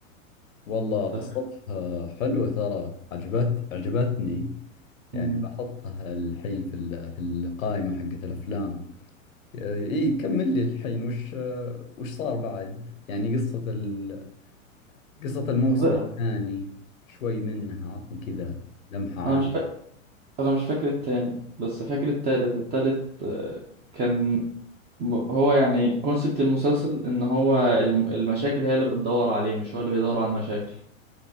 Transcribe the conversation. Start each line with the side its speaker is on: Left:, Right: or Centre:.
Left: والله قصتها
Right: أنت فاهم؟
Left: حلوة ترى عجبت عجبتني يعني
Right: مم.
Left: بحطها الحين في ال... في القائمة حقت الافلام اي كمل لي الحين وش وش صار بعد يعني قصة ال... قصة الموسم
Right: لا،
Left: الثاني شوي منها عطني كذا لمحة عامة
Right: انا مش فاكر انا مش فاكر التاني بس فاكر التالت التالت آه، كان م- هو يعني كونسبت المسلسل ان هو الم- المشاكل هي اللي بتدور عليه مش هو اللي بيدور على المشاكل